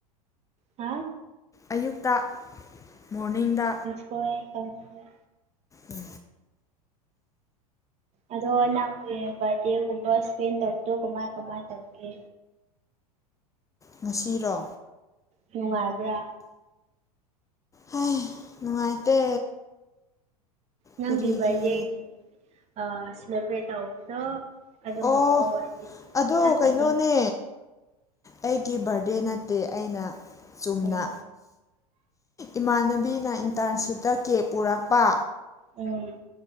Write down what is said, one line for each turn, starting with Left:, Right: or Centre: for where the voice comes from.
Right: ꯍꯥ
Left: ꯑꯌꯨꯛꯇ ꯃꯣꯔꯅꯤꯡꯗ
Right: ꯁꯣꯏ ꯀꯪꯁꯣꯏ
Left: ꯎꯝ
Right: ꯑꯗꯣ ꯅꯪꯒꯤ ꯕꯥꯔꯗꯦꯒꯨꯝꯕ ꯏꯁꯄꯦꯟ ꯇꯧꯗꯣ ꯀꯃꯥꯏ ꯀꯃꯥꯏ ꯇꯧꯒꯦ
Left: ꯉꯁꯤꯔꯣ
Right: ꯅꯨꯡꯉꯥꯏꯕ꯭ꯔꯥ
Left: ꯍꯥꯏ ꯅꯨꯡꯉꯥꯏꯇꯦ
Right: ꯅꯪꯒꯤ
Left: ꯀꯔꯤꯒꯤ
Right: ꯚꯔꯗꯦꯒꯤ ꯑ ꯁꯦꯂꯦꯕ꯭ꯔꯦꯠ ꯇꯧꯕꯗꯣ ꯑꯗꯣ
Left: ꯑꯣ
Right: ꯒꯨꯝꯕ ꯑꯣꯏꯗꯤ ꯈꯣꯏꯗꯤ
Left: ꯑꯗꯣ
Right: ꯉꯥ
Left: ꯀꯩꯅꯣꯅꯦ
Right: ꯆꯅꯤꯡꯉꯦ
Left: ꯑꯩꯒꯤ ꯕꯥꯔꯗꯦ ꯅꯠꯇꯦ ꯑꯩꯅ ꯆꯨꯝꯅ
Right: ꯎꯝ
Left: ꯏꯃꯥꯟꯅꯕꯤꯅ ꯏꯟꯇꯔꯟꯁꯤꯞꯇ ꯀꯦ ꯄꯨꯔꯛꯄ
Right: ꯎꯝ